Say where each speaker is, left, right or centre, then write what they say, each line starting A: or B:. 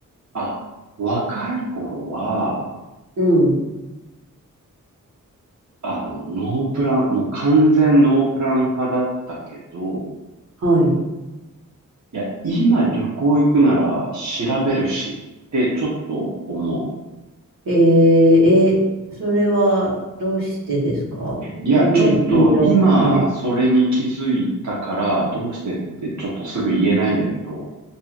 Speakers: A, on the right; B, on the right.
A: あ、若い頃は、
B: うん、
A: あの、ノープラン、もう完全ノープラン派だったけど、
B: はい。
A: いや、今旅行行くなら調べるしってちょっと思う。
B: えー、え、それはどうしてですかなんで緊張感をね
A: いや、ちょっと今それに気づいたからどうしてってちょっとすぐ言えないんだけど、